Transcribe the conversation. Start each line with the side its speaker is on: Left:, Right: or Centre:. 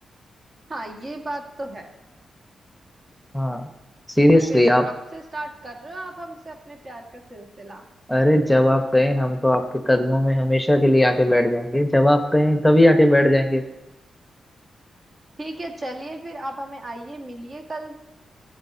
Right: हाँ ये बात तो है
Centre: हाँ सीरियसली
Right: तो फिर
Centre: आप
Right: कब से स्टार्ट कर रहे हो आप हमसे अपने प्यार का सिलसिला
Centre: अरे जब आप कहें हम तो आपके कदमों में हमेशा के लिए आके बैठ जाएंगे जब आप कहें तभी आके बैठ जाएंगे
Right: ठीक है चलिए फिर आप हमें आइए मिलिए कल